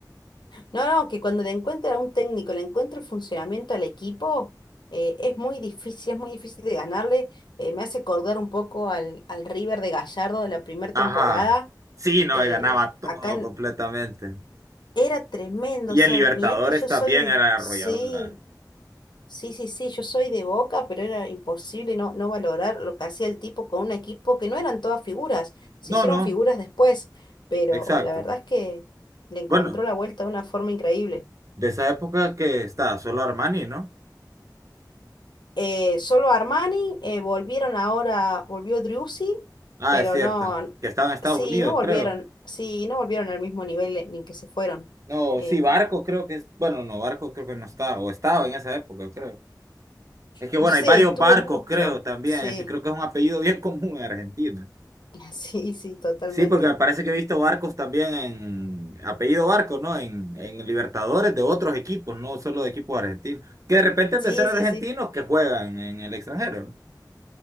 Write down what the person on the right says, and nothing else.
Ajá.
Sí, no,
ganaba todo
completamente.
Y
en Libertadores
también
era
arrolladora.
No,
no,
exacto.
Bueno,
de esa época que está solo Armani, ¿no?
Ah,
es cierto.
Que estaba en Estados
Unidos,
creo.
No,
sí, Barco creo que es. Bueno, no, Barco creo que no estaba. O estaba en esa época, creo. Es que
bueno,
hay varios
barcos,
creo, también.
Es que creo que es un apellido bien <laughs> común en Argentina.
Sí, porque me parece que he visto barcos también en apellido Barcos, ¿no? En, en Libertadores de otros equipos, no solo de equipos argentinos. Que de repente han
de ser argentinos
que juegan en el extranjero. ¿no?